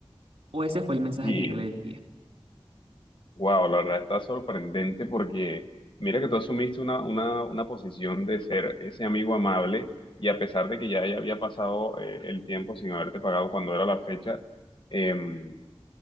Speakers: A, on the right (about 85°); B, on the left (about 55°).
A: O ese fue el mensaje
B: Y
A: que yo le envié.
B: wow, la verdad está sorprendente porque mira que tú asumiste una, una, una posición de ser ese amigo amable y a pesar de que ya, ya había pasado eh, el tiempo sin haberte pagado cuando era la fecha, em,